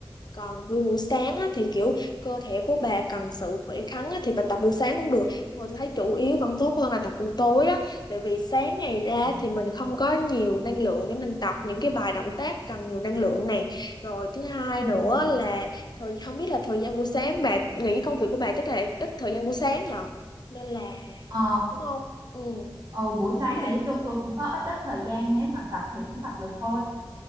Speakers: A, on the left (about 50°); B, on the right (about 45°).
A: còn buổi buổi sáng á, thì kiểu cơ thể của bà cần sự khỏe khoắn á, thì bà tập buổi sáng cũng được. Nhưng mà tôi thấy chủ yếu vẫn tốt hơn là tập buổi tối á, tại vì sáng ngày ra
B: Ừ.
A: thì mình không có nhiều năng lượng để mình tập những cái bài động tác cần nhiều năng lượng này. Rồi thứ hai nữa
B: ừ.
A: là thời không biết là thời gian buổi sáng bà nghĩ công việc của bà chắc là ít thời gian buổi sáng nhờ. Nên là
B: Ờ,
A: đúng không? Ừ.
B: ừ, buổi sáng
A: nên
B: thì nói chung
A: là
B: tôi cũng có ít ít thời gian nếu mà tập thì cũng tập được thôi